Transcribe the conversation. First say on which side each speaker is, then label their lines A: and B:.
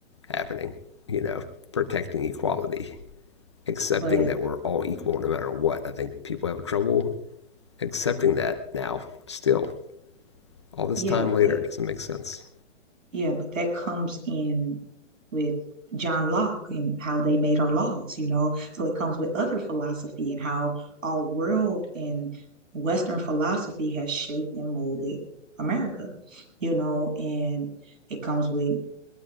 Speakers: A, on the left (about 25°); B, on the right (about 90°).
A: happening. You know, protecting equality, accepting
B: But
A: that we're all equal no matter what. I think people have trouble accepting that now. Still, all this
B: yeah,
A: time later,
B: but
A: it doesn't make sense.
B: yeah, but that comes in with John Locke and how they made our laws, you know. So it comes with other philosophy and how our world and Western philosophy has shaped and molded America, you know, and it comes with